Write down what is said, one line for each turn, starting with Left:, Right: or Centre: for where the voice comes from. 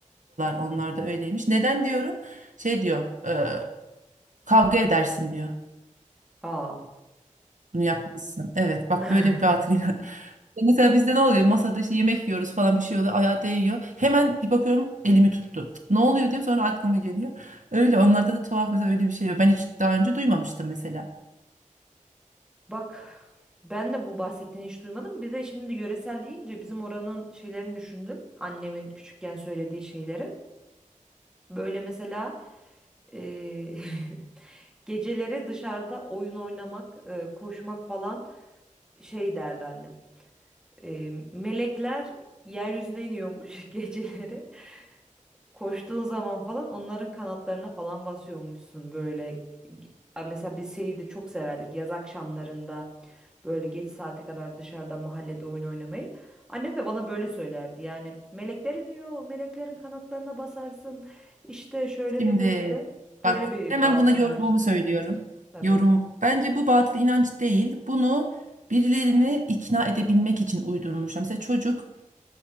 Right: onlar da öyleymiş. Neden diyorum? Şey diyor. e, Kavga edersin diyor.
Centre: Aa.
Right: Bunu yapmazsan. Evet bak
Centre: <laughs>
Right: böyle bir batıl inan- <laughs> Mesela bizde ne oluyor? Masada işte yemek yiyoruz falan bir şey oluyor. Ayağı değiyor. Hemen bir bakıyorum elimi tuttu. Ne oluyor diyeyim sonra aklıma geliyor. Öyle onlarda da tuhaf mesela öyle bir şey yok. Ben hiç daha önce duymamıştım mesela.
Centre: Bak ben de bu bahsettiğini hiç duymadım. Bir de şimdi yöresel deyince bizim oranın şeylerini düşündüm. Annemin küçükken söylediği şeyleri. Böyle mesela eee, <laughs> geceleri dışarıda oyun oynamak, eee, koşmak falan şey derdi annem. Eee, melekler yeryüzüne iniyormuş <laughs> geceleri. Koştuğun zaman falan onların kanatlarına falan basıyormuşsun böyle. A, Mesela biz şeyi de çok severdik yaz akşamlarında böyle geç saate kadar dışarıda mahallede oyun oynamayı. Annem de bana böyle söylerdi yani melekler iniyor meleklerin kanatlarına basarsın işte şöyle
Right: Şimdi
Centre: de böyle de böyle
Right: bak
Centre: bir
Right: hemen
Centre: batıl
Right: buna yorumumu
Centre: inançta
Right: söylüyorum.
Centre: tabii.
Right: Yorum. Bence bu batıl inanç değil. Bunu birilerini ikna edebilmek için uydurmuşlar. Mesela çocuk